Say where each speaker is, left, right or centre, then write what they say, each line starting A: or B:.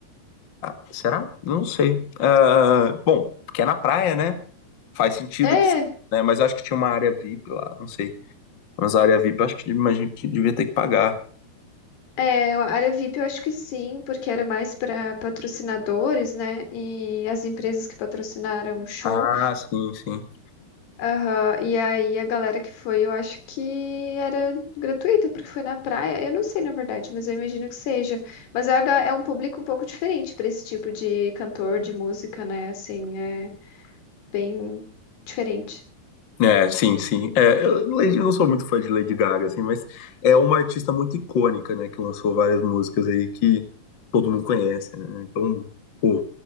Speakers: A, on the left; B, on the left.
A: Ah, será? Eu Não sei. Ah, bom, porque é na praia, né? Faz sentido
B: É,
A: que, né? Mas eu acho que tinha uma área VIP lá, não sei. Mas a área VIP, eu acho que a gente devia ter que pagar.
B: É, a área VIP eu acho que sim, porque era mais para patrocinadores, né? E as empresas que patrocinaram o show.
A: Ah, sim, sim.
B: Aham. E aí a galera que foi, eu acho que era gratuita, porque foi na praia. Eu não sei, na verdade, mas eu imagino que seja. Mas é ga- é um público um pouco diferente para esse tipo de cantor, de música, né? Assim, é bem diferente.
A: É, sim, sim. É, eu, Lady- eu não sou muito fã de Lady Gaga, assim, mas é uma artista muito icônica, né? Que lançou várias músicas aí que todo mundo conhece, né? Então, pô,